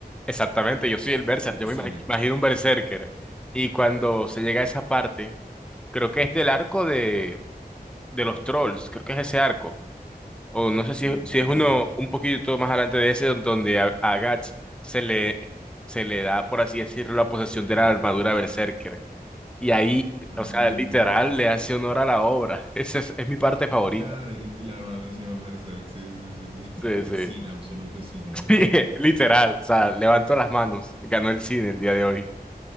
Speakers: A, in the centre; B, on the right (about 35°).
A: exactamente, yo soy el berserker,
B: Es
A: yo me
B: cine.
A: ima- imagino un berserker. Y cuando se llega a esa parte, creo que es del arco de, de los trolls, creo que es ese arco. O no sé
B: Cl-
A: si, es- si
B: Claro.
A: es uno un poquito más adelante de ese, don- donde a, a Guts se le, se le da, por así decirlo, la posesión de la armadura berserker. Y ahí,
B: Ah,
A: o sea, literal, le hace honor a la obra. <laughs> Esa es, es mi parte favorita.
B: claro, y, y la armadura se llama Berserk. Sí, sí, sí, sí.
A: Sí,
B: <laughs> Es
A: sí.
B: cine, absoluto es cine,
A: <laughs>
B: ¿no?
A: Sí, literal, o sea, levanto las manos, ganó el cine el día de hoy.